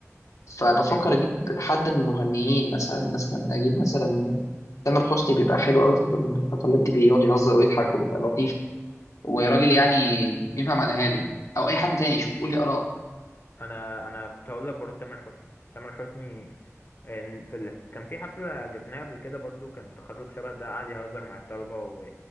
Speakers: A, on the left; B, on the left.
A: فبفكر
B: حلو
A: اجيب حد من المغنيين مثلا مثلا اجيب مثلا تامر حسني بيبقى حلو قوي في الحفلات دي بيقعد يهزر ويضحك وبيبقى لطيف وراجل يعني
B: بص
A: ينفع مع الاهالي او اي حد تاني شوف قولي اراء
B: انا انا كنت هقول لك برضه تامر حسني تامر حسني آه، في ال... كان في حفله جبناها قبل كده برضه كان تخرج شبه ده قعد يهزر مع الطلبه و...